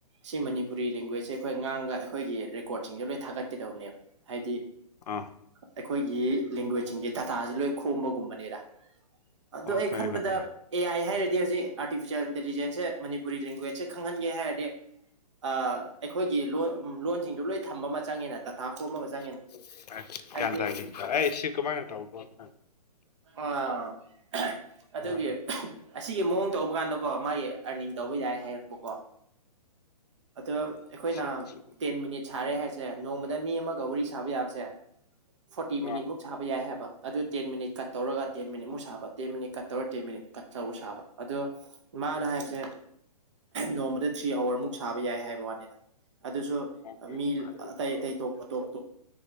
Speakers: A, on the right; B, on the left.
A: ꯁꯤ ꯃꯅꯤꯄꯨꯔꯤ ꯂꯦꯡꯒ꯭ꯋꯦꯁꯁꯦ ꯑꯩꯈꯣꯏ ꯉꯥꯡꯒ ꯑꯩꯈꯣꯏꯒꯤ ꯔꯦꯀꯣꯔꯠꯁꯤꯡꯁꯦ ꯂꯣꯏ ꯊꯥꯒꯠꯀꯗꯧꯕꯅꯦꯕ ꯍꯥꯏꯕꯗꯤ
B: ꯑꯥ
A: ꯑꯩꯈꯣꯏꯒꯤ ꯂꯦꯡꯒ꯭ꯋꯦꯖꯁꯤꯡꯒꯤ ꯗꯗꯥꯇꯥꯁꯦ ꯂꯣꯏ ꯈꯣꯝꯕꯒꯨꯝꯕꯅꯤꯔ ꯑꯗꯣ
B: ꯑꯣ
A: ꯑꯩ
B: ꯈꯪꯉꯦ
A: ꯈꯟꯕꯗ
B: ꯈꯪꯉꯦ
A: ꯑꯦ ꯑꯥꯏ ꯍꯥꯏꯔꯗꯤ ꯍꯧꯖꯤꯛ ꯑꯥꯔꯇꯤꯐꯤꯁꯦꯜ ꯏꯟꯇꯦꯂꯤꯖꯦꯟꯁꯁꯦ ꯃꯅꯤꯄꯨꯔꯤ ꯂꯦꯡꯒ꯭ꯋꯦꯖꯁꯦ ꯈꯪꯍꯟꯒꯦ ꯍꯥꯏꯔꯗꯤ ꯑ ꯑꯩꯈꯣꯏꯒꯤ ꯂꯣꯟ ꯂꯣꯟꯁꯤꯡꯗꯨ ꯂꯣꯏ ꯊꯝꯕ ꯑꯃ ꯆꯪꯉꯦꯅ <unintelligible>
B: <unintelligible>
A: ꯍꯥꯏꯕꯗꯤ ꯑꯥ ꯑꯗꯨꯒꯤ
B: ꯍꯣꯏ
A: ꯑꯁꯤꯒꯤ ꯃꯑꯣꯡ ꯇꯧꯕ ꯀꯥꯟꯗꯀꯣ ꯃꯥꯒꯤ ꯑꯔꯅꯤꯡ ꯇꯧꯕ ꯌꯥꯏ ꯍꯥꯏꯔꯛꯄꯀꯣ ꯑꯗꯣ ꯑꯩꯈꯣꯏꯅ
B: ꯁꯤ ꯁꯤ
A: ꯇꯦꯟ ꯃꯤꯅꯤꯠ ꯁꯥꯔꯦ ꯍꯥꯏꯁꯦ ꯅꯣꯡꯃꯗ ꯃꯤ ꯑꯃꯒ ꯋꯥꯔꯤ ꯁꯥꯕ ꯌꯥꯕꯁꯦ ꯐꯣꯔꯇꯤ ꯃꯤꯅꯤꯠ
B: ꯑꯥ
A: ꯃꯨꯛ ꯁꯥꯕ ꯌꯥꯏ ꯍꯥꯏꯕ ꯑꯗꯨ ꯇꯦꯟ ꯃꯤꯅꯤꯠ ꯀꯠ ꯇꯧꯔꯒ ꯇꯦꯟ ꯇꯦꯟ ꯃꯤꯅꯤꯠꯃꯨꯛ ꯁꯥꯕ ꯇꯦꯟ ꯃꯤꯅꯤꯠ ꯀꯠ ꯇꯧꯔ ꯇꯦꯟ ꯃꯤꯅꯤꯠ ꯀꯠ ꯇꯧꯔ ꯁꯥꯕ ꯑꯗꯣ ꯃꯥꯅ ꯍꯥꯏꯕꯁꯦ ꯅꯣꯡꯃꯗ ꯊ꯭ꯔꯤ ꯑꯋꯥꯔꯃꯨꯛ ꯁꯥꯕ ꯌꯥꯏ ꯍꯥꯏꯕ ꯋꯥꯅꯤꯗ ꯑꯗꯨꯁꯨ
B: ꯑꯣꯀꯦ
A: ꯃꯤ
B: ꯑꯥ
A: ꯑꯇꯩ ꯑꯇꯩ ꯇꯣꯛ ꯑꯇꯣꯛ ꯇꯣꯛ